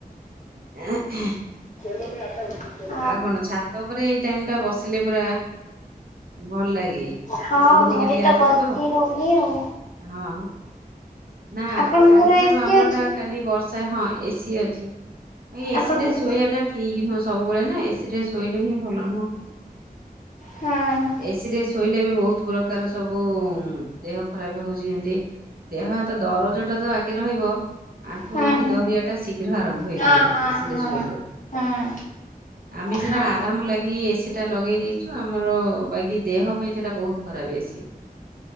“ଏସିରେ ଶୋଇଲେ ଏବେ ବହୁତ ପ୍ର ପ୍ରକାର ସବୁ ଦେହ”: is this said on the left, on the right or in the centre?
Right